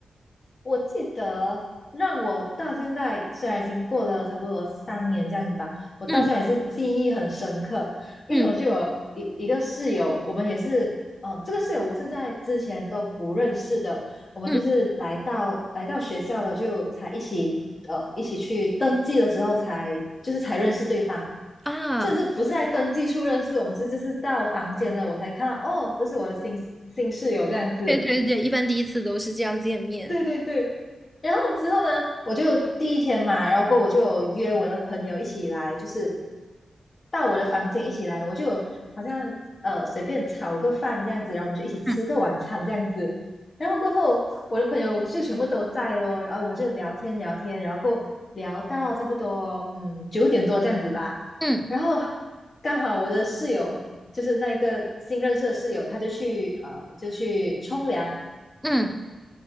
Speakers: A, on the left; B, in the centre.
A: 我记得让我到现在，虽然已经过了差不多三年这样子吧，我到现在也是记忆很深刻，
B: 嗯
A: 因为我就有一一个室友，
B: 嗯
A: 我们也是，嗯，这个室友我是在之前都不认识的，我们就是来到来到学校了，
B: 嗯，
A: 就才一起呃一起去登记的时候才就是才认识对方，
B: 啊，
A: 甚至不是在登记处认识，我们是就是到房间了，我才看到哦，这是我的新新室友这样子。
B: 对对对，一般第一次都是这样见面。
A: 对对对，然后之后呢，我就第一天嘛，然后过后我就有约我的朋友一起来，就是到我的房间一起来，我就有好像呃随便炒个饭这样子，然后我们就一起吃个晚餐这样子。
B: 嗯
A: 然后过后，我的朋友就全部都在咯，然后我们就聊天聊天，然后过后聊到差不多嗯九点多这样子吧。
B: 嗯
A: 然后刚好我的室友就是那一个新认识的室友，他就去呃就去冲凉，
B: 嗯，